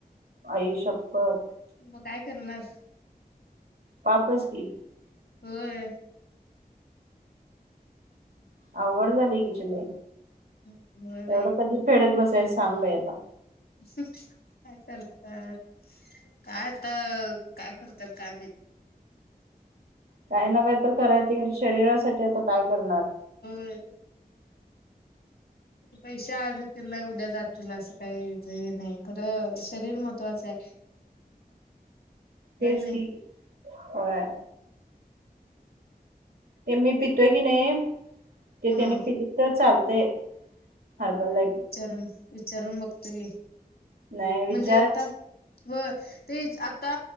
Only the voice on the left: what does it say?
मग काय करणार.
होय.
होय बाई
काय करतात कायता काय करतात काम?
ह. पैसे आजतील नाही उद्या जातील असं काही हे नाही खरं शरीर महत्त्वाचं आहे. <inaudible>
नाही
हा
विचारून विचारून बघतोय.
म्हणजे आता हो ते आता